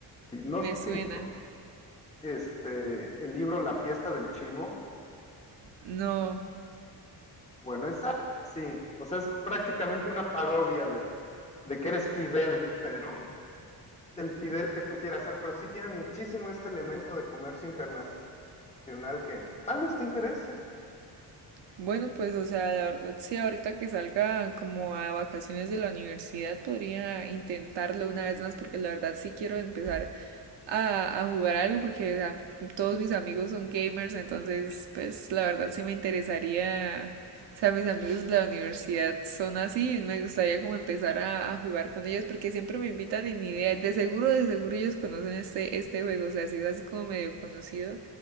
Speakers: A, on the left; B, on the right.
A: no
B: Me
A: sé
B: suena.
A: si este, el libro La fiesta del chivo.
B: No.
A: Bueno, esa sí, o sea, es prácticamente una parodia de, de que eres Fidel, pero del Fidel que tú quieras ser, pero sí tiene muchísimo este elemento de comercio internacional que tal vez te interese.
B: Bueno, pues, o sea, la verdad, sí, ahorita que salga como a vacaciones de la universidad, podría intentarlo una vez más, porque la verdad sí quiero empezar a, a jugar algo, porque o sea, todos mis amigos son gamers, entonces, pues, la verdad sí me interesaría, o sea, mis amigos de la universidad son así, me gustaría como empezar a, a jugar con ellos, porque siempre me invitan en idea, de seguro, de seguro ellos conocen este, este juego, o sea, si es así como medio conocido,